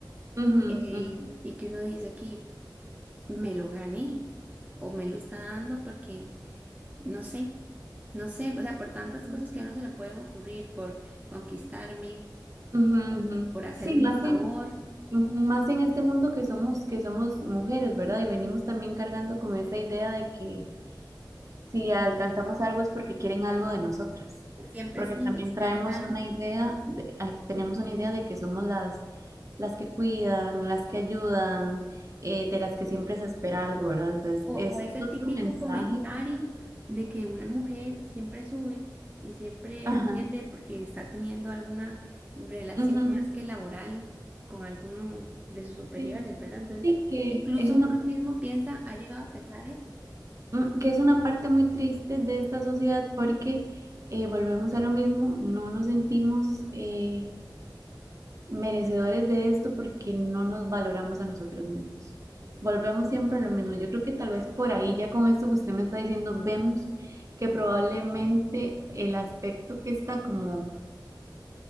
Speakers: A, on the right (about 45°); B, on the right (about 20°).
A: ujú,
B: eh, y que uno dice aquí, me lo gané o me lo está dando porque no sé, no sé, o sea, por tantas
A: ujú,
B: cosas que a uno se le pueden ocurrir, por conquistarme,
A: ujú, ujú.
B: por hacerme
A: Sí, más
B: un favor,
A: en, ujú, más en este mundo que somos, que somos mujeres, ¿verdad? Y venimos también cargando con esa idea de que Si alcanzamos algo es porque quieren algo de nosotras,
B: siempre
A: porque
B: sí
A: también
B: esperan
A: traemos
B: algo.
A: una idea, de- ay, tenemos una idea de que somos las, las que cuidan, las que ayudan, eh, de las que siempre se espera algo, ¿verdad? Entonces,
B: O,
A: eso
B: o ese
A: es
B: típico
A: otro mensaje.
B: comentario de que una mujer siempre sube y siempre
A: Ajá.
B: atiende porque está teniendo alguna relación
A: ujú,
B: más que laboral con alguno de sus superiores,
A: Sí.
B: ¿verdad? Entonces,
A: Sí, que
B: incluso
A: es una,
B: uno mismo piensa, ha llegado a pensar eso.
A: mm, que es una parte muy triste de esta sociedad porque eh, volvemos a lo mismo, no nos sentimos eh, merecedores de esto porque no nos valoramos a nosotros mismos. Volvemos siempre a lo mismo. Yo creo que tal vez por ahí, ya con esto que usted me está diciendo, vemos que probablemente el aspecto que está como